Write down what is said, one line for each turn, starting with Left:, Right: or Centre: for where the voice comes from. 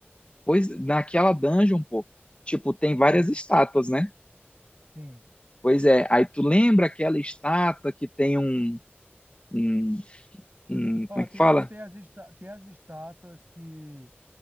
Left: Pois naquela dungeon, pô, tipo, tem várias
Right: Uhum.
Left: estátuas, né?
Right: Sim.
Left: Pois é. Aí tu lembra aquela estátua que tem um, um, um-
Right: Ó,
Left: como
Right: tem
Left: é que fala?
Right: as, tem as, esta- tem as estátuas que.